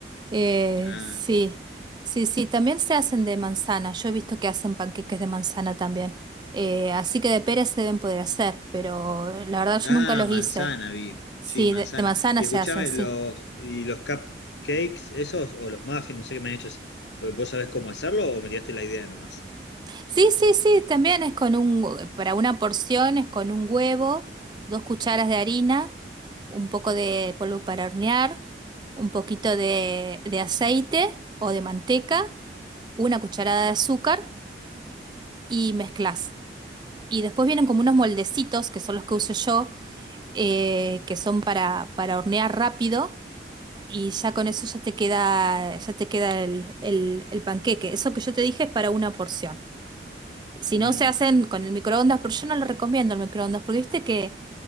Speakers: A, on the right (about 25°); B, on the left (about 80°).
A: Eh,
B: Ah,
A: sí, sí, sí, también se hacen de manzana. Yo he visto que hacen panqueques de manzana también. Eh, así que de pera se deben poder hacer, pero la verdad
B: ah,
A: yo nunca los
B: manzana,
A: hice.
B: vi.
A: Sí,
B: Sí, manzana.
A: de, de manzana
B: Y
A: se
B: escuchame,
A: hacen, sí.
B: los, y los cupcakes, esos, o los muffins, no sé qué me han hecho. ¿Vos sabés cómo hacerlo o me tiraste la idea nomás?
A: Sí, sí, sí, también es con un, para una porción es con un huevo, dos cucharas de harina, un poco de polvo para hornear, un poquito de, de aceite o de manteca, una cucharada de azúcar y mezclas. Y después vienen como unos moldecitos, que son los que uso yo, eh, que son para, para hornear rápido, y ya con eso ya te queda, ya te queda el, el, el panqueque. Eso que yo te dije es para una porción. Si
B: Mm.
A: no, se hacen con el microondas, pero yo no lo recomiendo el microondas, porque viste que